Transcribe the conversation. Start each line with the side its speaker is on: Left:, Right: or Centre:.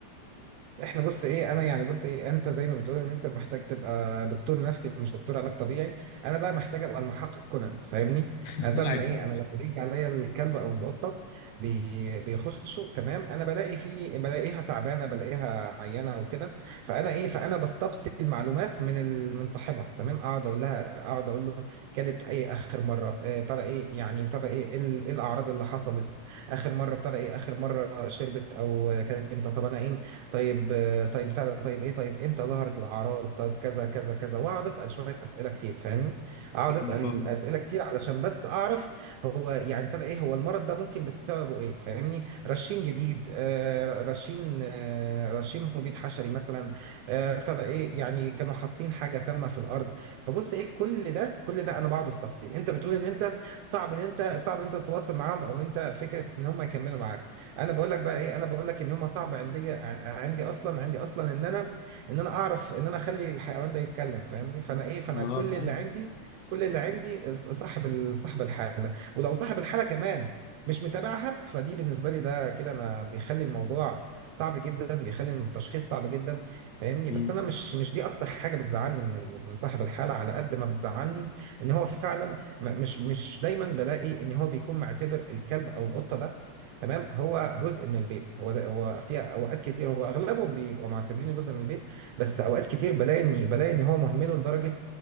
Right: احنا بص ايه انا يعني بص ايه انت زي ما بتقول ان انت محتاج تبقى دكتور نفسي مش دكتور علاج طبيعي انا بقى محتاج ابقى المحقق كونان فاهمني
Left: <laughs>
Right: انا انا
Left: أيوة.
Right: ايه انا لما بيجي عليا الكلب او القطه بي بيخشوا تمام انا بلاقي في بلاقيها تعبانه بلاقيها عيانه او كده فانا ايه فانا بستقصي المعلومات من ال... من صاحبها تمام اقعد اقول لها اقعد اقول له كلت ايه اخر مره آه، ابتدى ايه يعني ابتدى ايه ايه ال- إيه الاعراض اللي حصلت اخر مره ابتدى ايه اخر مره شربت او آه، كلت امتى طب انا ايه طيب آه، طيب بتاع ده طيب ايه طيب امتى ظهرت الاعراض طيب كذا كذا كذا واقعد اسال شويه اسئله كتير فاهمني اقعد اسال
Left: أنا فاهمك
Right: مم. اسئله كتير علشان بس اعرف هو يعني ابتدى ايه هو المرض ده ممكن بسببه ايه فاهمني رشين جديد آه، رشين آه، رشين مبيد حشري مثلا آه، ابتدى ايه يعني كانوا حاطين حاجه سامه في الارض فبص ايه كل ده كل ده انا بقعد استقصي انت بتقول ان انت صعب ان انت صعب ان انت تتواصل معاهم او انت فكره ان هم يكملوا معاك انا بقول لك بقى ايه انا بقول لك ان هما صعب عندي ع- عندي اصلا عندي اصلا ان انا ان انا اعرف ان انا اخلي الحيوان ده يتكلم فاهمني فانا ايه فانا
Left: اه
Right: كل
Left: فاهم
Right: اللي عندي كل اللي عندي ص- صاحب ال- صاحب الحاله ولو صاحب الحاله كمان مش متابعها فدي بالنسبه لي ده كده انا بيخلي الموضوع صعب جدا بيخلي التشخيص صعب جدا فاهمني
Left: مم.
Right: بس انا مش مش دي اكتر حاجه بتزعلني من ال- من صاحب الحاله على قد ما بتزعلني ان هو فعلا م- مش مش دايما بلاقي ان هو بيكون معتبر الكلب او القطه ده تمام هو جزء من البيت هو ده هو في اوقات كتير هو اغلبهم بيبقوا معتبرينه جزء من البيت بس اوقات كتير بلاقي ان بلاقي ان هو مهمله لدرجه